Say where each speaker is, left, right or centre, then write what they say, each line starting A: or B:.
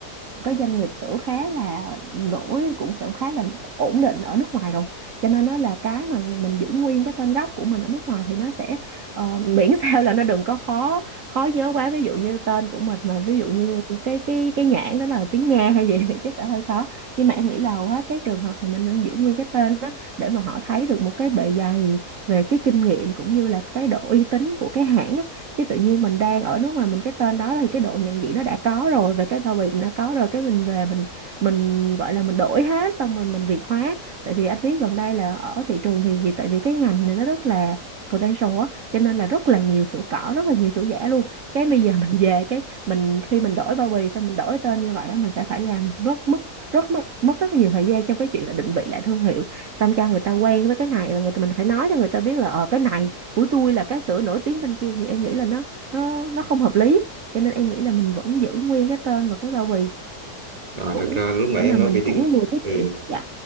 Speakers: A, on the right; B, on the right.
A: cái doanh nghiệp sữa khá là nổi cũng cảm khá là ổn định ở nước ngoài rồi cho nên nó là cái mà mình giữ nguyên cái tên gốc của mình ở nước ngoài thì nó sẽ ờ, <laughs> miễn sao là nó đừng có khó khó nhớ quá ví dụ như tên của mình mà ví dụ như cái cái cái nhãn đó là tiếng Nga hay gì <laughs> thì cái sẽ hơi khó nhưng mà em nghĩ là hầu hết cái trường hợp thì mình nên giữ nguyên cái tên đó để mà họ thấy được một cái bề dày về cái kinh nghiệm cũng như là cái độ uy tín của cái hãng á chứ tự nhiên mình đang ở nước ngoài mình cái tên đó thì cái độ nhận diện nó đã có rồi và cái bao bì cũng đã có rồi cái mình về mình mình gọi là mình đổi hết xong rồi mình việt hóa tại vì anh biết gần đây là ở thị trường thì tại vì cái ngành này nó rất là potential á cho nên là rất là nhiều sữa cỏ rất là nhiều sữa giả luôn cái bây giờ <laughs> mình về cái mình khi mình đổi bao bì xong mình đổi tên như vậy á mình sẽ phải làm rất mất rất mất mất rất nhiều thời gian trong cái chuyện là định vị lại thương hiệu xong cho người ta quen với cái này và người ta mình phải nói cho người ta biết là ờ cái này của tôi là cái sữa nổi tiếng bên kia thì em nghĩ là nó nó nó không hợp lý cho nên em nghĩ là mình vẫn giữ nguyên cái tên và cái bao bì
B: à,
A: cũ
B: thật ra lúc nãy
A: để mà
B: em
A: mình
B: nói về
A: cũng
B: tiếng
A: vừa tiết
B: ừ,
A: kiệm dạ